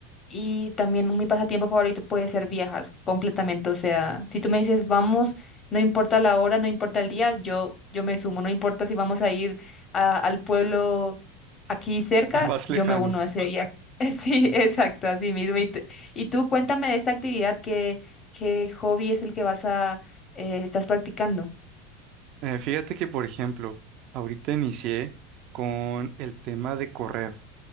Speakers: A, on the left; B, on the right.
A: Y también mi pasatiempo favorito puede ser viajar completamente. O sea, si tú me dices, vamos, no importa la hora, no importa el día, yo, yo me sumo. No importa si vamos a ir a- al pueblo aquí cerca,
B: Más
A: yo
B: lejano.
A: me uno a ese viaje. <laughs> Sí, exacto, así mismo. Y, t- y tú cuéntame de esta actividad, ¿qué, qué hobby es el que vas a, eh, estás practicando?
B: Eh, fíjate que, por ejemplo, ahorita inicié con el tema de correr.